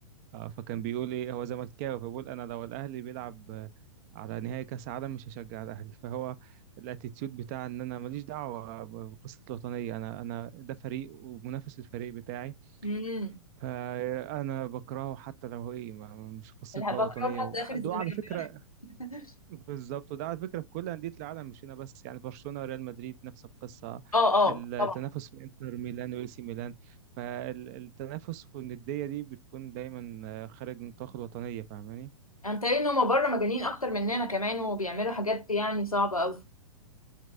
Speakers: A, on the right (about 30°); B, on the left (about 80°).
A: آه فكان بيقول ايه هو زملكاوي فبيقول انا لو الاهلي بيلعب آه، على نهائي كاس عالم مش هشجع الاهلي فهو الاتيتيود بتاع ان انا ماليش دعوة بقصة الوطنية انا انا ده فريق ومنافس للفريق بتاعي
B: امم
A: فأنا بكرهه حتى لو هو ايه ما- مش قصة
B: اللي
A: بقى
B: بكرهه
A: وطنية
B: لحد
A: وح-
B: اخر الزمالك
A: ده على فكرة
B: <laughs>
A: بالظبط وده على فكرة في كل أندية العالم مش هنا بس يعني برشلونة وريال مدريد نفس القصة
B: اه اه
A: التنافس
B: طبعا
A: في انتر ميلان وإي سي ميلان فالتنافس والندية دي بتكون دايما آه، خارج نطاق الوطنية فاهماني؟
B: انا متهيألي ان هما بره مجانين اكتر مننا كمان وبيعملوا حاجات يعني صعبه قوي